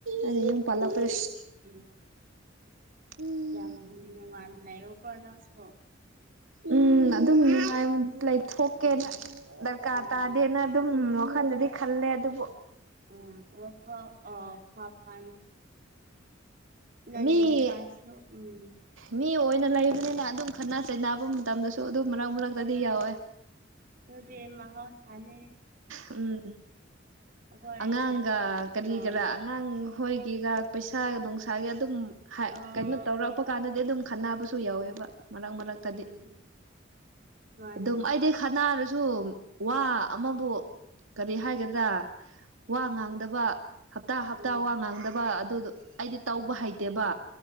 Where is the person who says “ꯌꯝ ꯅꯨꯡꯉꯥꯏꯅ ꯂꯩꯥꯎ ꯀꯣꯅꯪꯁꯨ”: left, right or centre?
Right